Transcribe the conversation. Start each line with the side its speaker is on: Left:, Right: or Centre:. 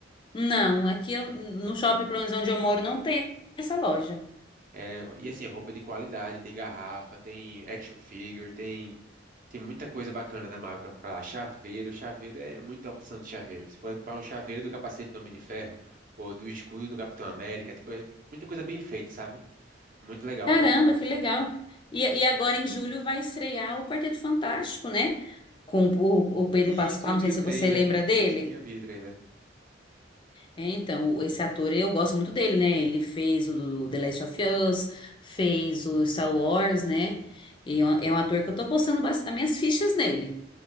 Left: Não, aqui eu- no shopping, pelo menos onde eu moro, não tem essa loja.
Right: É, e assim, é roupa de qualidade, tem garrafa, tem action figure, tem, tem muita coisa bacana da Marvel pra comprar lá. Chaveiro, chaveiro é muita opção de chaveiro. Você pode comprar um chaveiro do capacete do Homem de Ferro ou do escudo do Capitão América, tipo, é muita coisa bem feita, sabe? Muito legal
Left: Caramba,
Right: a loja.
Left: que legal! E, e agora em julho vai estrear o Quarteto Fantástico, né? Com o, o Pedro
Right: Isso,
Left: Pascal,
Right: eu
Left: não
Right: vi
Left: sei
Right: o
Left: se
Right: trailer.
Left: você lembra dele.
Right: Sim, eu vi o trailer.
Left: É, então, o- esse ator, eu gosto muito dele, né? Ele fez o do The Last of Us, fez o Star Wars, né? E é um é um ator que eu tô postando bas- as minhas fichas nele.